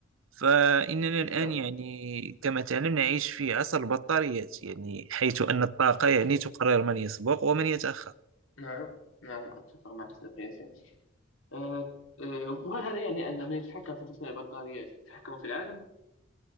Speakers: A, on the right; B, on the left.
A: فإننا
B: نعم
A: الآن يعني كما تعلم نعيش في عصر البطاريات يعني حيث أن الطاقة يعني تقرر من يسبق ومن يتأخر
B: نعم نعم أتفق مع صديقي ياسين آه، آه، وهل هذا يعني أن من يتحكم في تصنيع البطاريات يتحكم في العالم؟